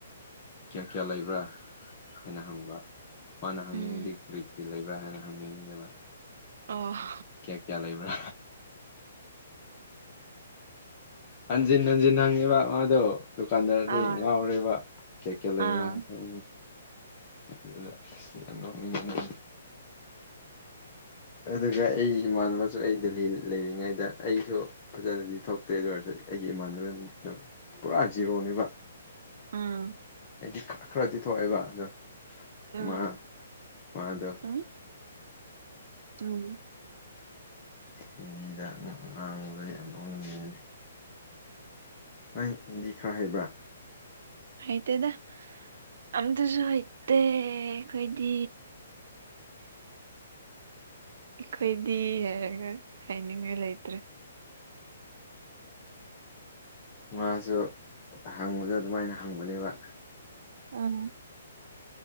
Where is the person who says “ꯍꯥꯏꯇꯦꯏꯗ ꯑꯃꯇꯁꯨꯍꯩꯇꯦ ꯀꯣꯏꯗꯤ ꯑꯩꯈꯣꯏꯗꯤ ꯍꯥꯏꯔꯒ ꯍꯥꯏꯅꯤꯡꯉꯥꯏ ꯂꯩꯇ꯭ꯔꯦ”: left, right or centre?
Right